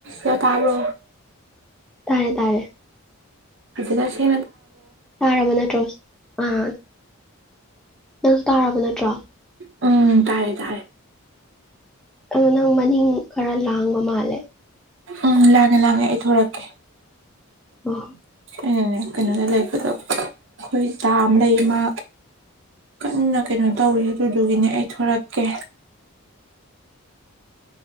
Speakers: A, on the right; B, in the centre.
A: ꯌꯥ ꯇꯕꯣ
B: ꯇꯥꯔꯦ ꯇꯥꯔꯦ
A: ꯑꯗꯨꯆꯗ ꯁꯤ
B: ꯍꯥꯥ ꯔꯃꯅꯥ ꯇ ꯔꯣꯁ ꯑꯥ ꯅꯪ ꯀꯥꯔꯕ ꯅꯠꯇ꯭ꯔꯣ
A: ꯎꯝ ꯇꯥꯔꯦ ꯇꯥꯔꯦ
B: ꯑꯗꯣ ꯅꯪ ꯃꯅꯤꯡ ꯈꯔ ꯂꯥꯡꯕ ꯃꯥꯜꯂꯦ
A: ꯎꯝ ꯂꯥꯡꯉꯦ ꯂꯥꯡꯉꯦ ꯑꯩ ꯊꯣꯛꯣꯔꯛꯀꯦ
B: ꯑ
A: ꯩꯅꯅꯦ ꯀꯩꯅꯣꯗ ꯂꯩꯕꯗꯣ ꯑꯩꯈꯣꯏ ꯗꯥ ꯑꯃ ꯂꯩ ꯃꯥ ꯀꯟꯅ ꯀꯩꯅꯣ ꯇꯧꯔꯤ ꯑꯗꯨꯗꯨꯒꯤꯅꯦ ꯑꯩ ꯊꯣꯔꯛꯀꯦ